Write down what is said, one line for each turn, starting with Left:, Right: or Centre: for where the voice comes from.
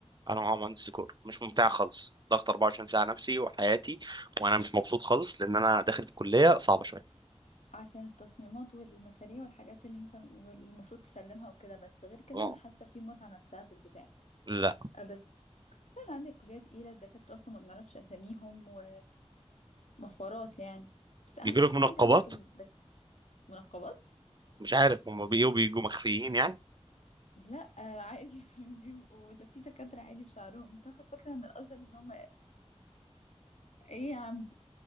Right: انا معايا مهندس ديكور مش ممتعه خالص ضغط 24 ساعه نفسي وحياتي وانا مش مبسوط خالص لان انا داخل في كليه صعبه شويه
Left: عشان التصميمات والمشاريع والحاجات اللي انت والمفروض تسلمها وكده بس غير كده
Right: آه،
Left: انا حاسه في متعه نفسها في البتاع
Right: لا
Left: أه بس انا عندي الكليه تقيله الدكاتره اصلا ما بنعرفش اساميهم و... وحوارات يعني بس اهم
Right: بيجي
Left: حاجه
Right: لك منقبات
Left: ان انت عندك الدك... منقبات
Right: مش عارف هم بيجوا بيجوا مخفيين يعني
Left: لا آه، عادي <laughs> بيبقوا ده في دكاتره عادي بشعرهم انت واخد فكره ان الازهر ان هم ايه يا عم